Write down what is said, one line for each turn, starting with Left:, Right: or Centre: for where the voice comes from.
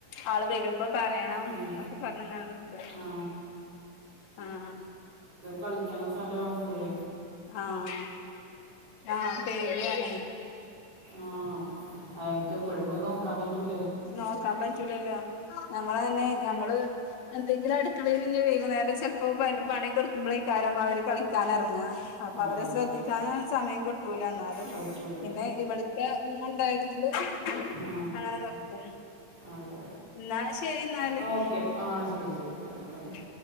Left: ആള് വരും അപ്പൊ പറയണം
Right: ഉം.
Left: ന്നൊക്കെ പറഞ്ഞ്ങ്ങനെ നിക്കാ
Right: ആ
Left: ആഹ്
Right: കളിക്കണസ്ഥലാവുമ്പഴേ
Left: ആഹ് ആഹ് പേടിയാണെ
Right: ആഹ് അയ്മ്മക്ക് എപ്പഴും പോയി നോക്കാൻ പറ്റൂ
Left: നോക്കാൻ പറ്റൂലല്ലോ നമ്മളന് ഞമ്മള് എന്തെങ്കിലു അടുക്കളെല് ഞ് വൈകുന്നേരം ചെല് പ്പം പയ് ന പണിയൊക്കെ ഇട്ക്ക് മ്പളയ്ക്കാരം പ്പവര് കളിക്കാനെറങാ അപ്പവരെ
Right: അതെ
Left: ശ്രദ്ധിക്കാനൊന്നും
Right: അതെ
Left: സമയം കിട്ടൂല ന്നാലും
Right: പറ്റൂല
Left: പിന്നെ ഇവ് ട്ത്തെ ഇമ്മണ്ടായതോ ണ്ട് <inaudible>
Right: ആ
Left: അങ്ങനെ നോകും
Right: അതെ അതെ
Left: ന്നാ ശരിന്നാല്
Right: ആ ഓക്കെ ആ ശരി
Left: ആഹ്
Right: ശരി ശരി ഓക്കെ
Left: മ്